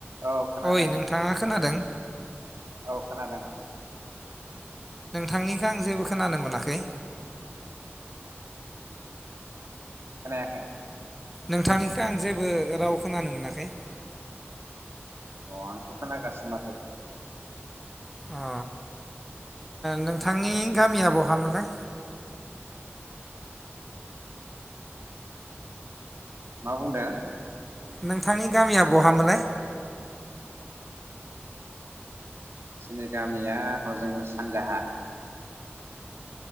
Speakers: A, on the right; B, in the centre.
A: औ खोनादों
B: ओइ नोंथाङा खोनादों।
A: औ खोनादों।
B: नोंथांनिखौ आं जेबो खोनानो मोनाखै
A: खोनाखै?
B: नोंथांनिखै आं जेबो राव खोनानो मोनाखै।
A: अ आंथ' खोनागासिनो माथो।
B: ओ। नोंथांनि गामिया बहा मोनलाय?
A: मा बुंदों?
B: नोंथांनि गामिया बहामोनलाय?
A: जोंनि गामिया हजों सानजाहा।